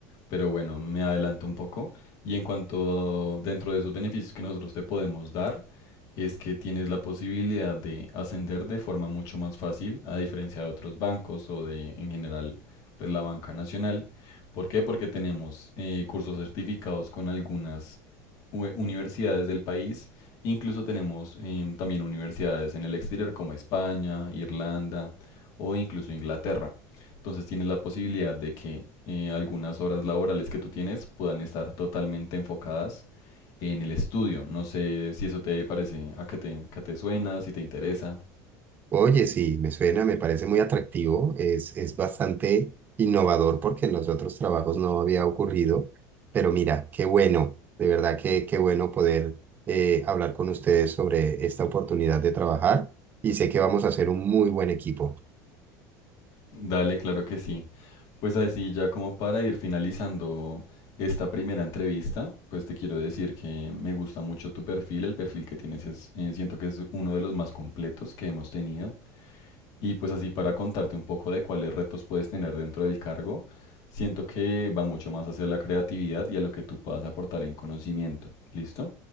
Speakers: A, on the left; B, on the right.
A: Pero bueno, me adelanto un poco. Y en cuanto a, dentro de esos beneficios que nosotros te podemos dar, es que tienes la posibilidad de ascender de forma mucho más fácil, a diferencia de otros bancos o de en general pues, la banca nacional. ¿Por qué? Porque tenemos eh, cursos certificados con algunas universidades del país. Incluso tenemos em, también universidades en el exterior como España, Irlanda o incluso Inglaterra. Entonces tienes la posibilidad de que eh, algunas horas laborales que tú tienes puedan estar totalmente enfocadas en el estudio. No sé si eso te parece, a que te, que te suena, si te interesa.
B: Oye, sí, me suena, me parece muy atractivo, es, es bastante innovador porque en los otros trabajos no había ocurrido, pero mira, qué bueno, de verdad que qué bueno poder eh, hablar con ustedes sobre esta oportunidad de trabajar y sé que vamos a ser un muy buen equipo.
A: Dale, claro que sí. Pues así ya como para ir finalizando esta primera entrevista, pues te quiero decir que me gusta mucho tu perfil, el perfil que tienes es, eh, siento que es uno de los más completos que hemos tenido. Y pues así para contarte un poco de cuáles retos puedes tener dentro del cargo, siento que va mucho más hacia la creatividad y a lo que tú puedas aportar en conocimiento, ¿listo?